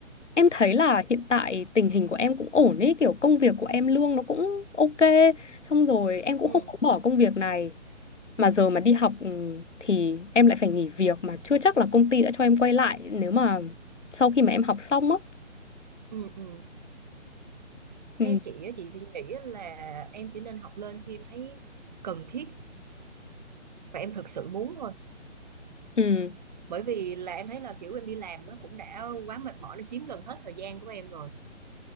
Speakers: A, on the left; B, on the right.
A: em thấy là hiện tại tình hình của em cũng ổn ấy kiểu công việc của em lương nó cũng ok xong rồi em cũng
B: ừ
A: không có bỏ công việc này mà giờ mà đi học ừ, thì em lại phải nghỉ việc mà chưa chắc là công ty đã cho em quay lại nếu mà sau khi mà em học xong á
B: ừ ừ
A: ừ,
B: theo chị á chị thì nghĩ là em chỉ nên học lên khi em thấy cần thiết và em thực sự muốn thôi
A: ừ,
B: bởi vì là em thấy là kiểu em đi làm nó cũng đã quá mệt mỏi nó chiếm gần hết thời gian của em rồi